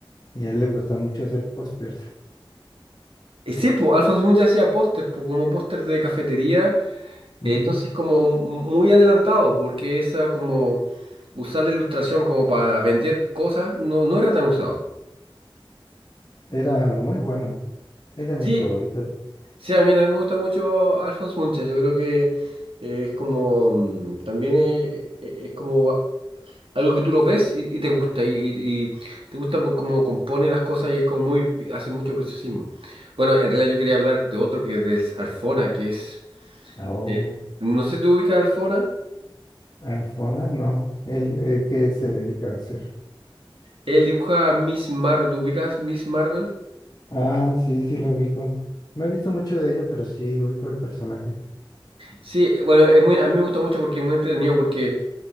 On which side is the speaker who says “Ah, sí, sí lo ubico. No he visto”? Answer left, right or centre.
Left